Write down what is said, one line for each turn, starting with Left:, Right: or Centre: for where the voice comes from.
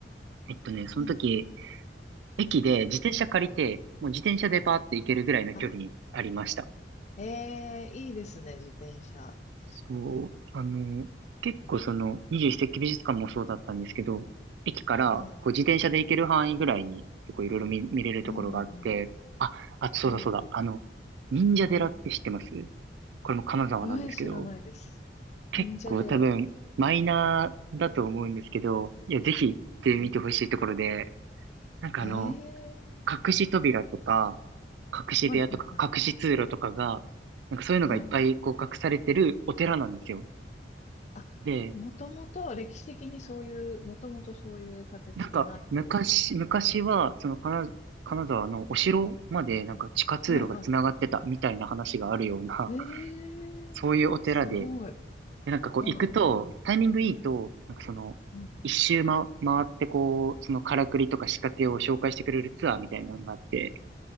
Right: えっとね、その時、
Left: うん。
Right: 駅で自転車借りて、もう自転車でパーって行けるぐらいの距離にありました。
Left: あ、ええいいですね、自転車。確かに。
Right: そう、あの、結構その21世紀美術館もそうだったんですけど、駅からこう自転車で行ける範囲ぐらいに結構いろいろ見、
Left: はい。
Right: 見れるところがあって、
Left: うんうんうん。
Right: あ、あとそうだそうだ、
Left: うんうんうん
Right: あの、忍者寺って知ってますこれも金沢なんですけど、
Left: ええ、知らないです。
Right: 結構多分マイナーだと思うんですけど、
Left: 忍者寺。
Right: いや、ぜひ行ってみてほしいところで、
Left: うん、
Right: なんかあの、
Left: ええ
Right: 隠し扉とか、隠し部屋とか、
Left: はいはいはいは
Right: 隠し通路とかが、なんかそういうのがいっぱいこう隠されてるお寺なんですよ。
Left: い。はい。あ、
Right: で、
Left: もともと歴史的にそういう、もともとそういう立て付けになっているとこ。
Right: なんか、昔、昔は、その、金、金沢のお城まで、なんか地下通路が繋がってたみたいな話があるような、
Left: うんはいは
Right: <laughs>
Left: い。ええすごい。
Right: そういうお寺で、で、なんかこう行くと、
Left: は
Right: タイミングいいと、なんかその、
Left: い。うんうん、
Right: 一周ま、回ってこう、そのからくりとか仕掛けを紹介してくれるツアーみたいなのがあって、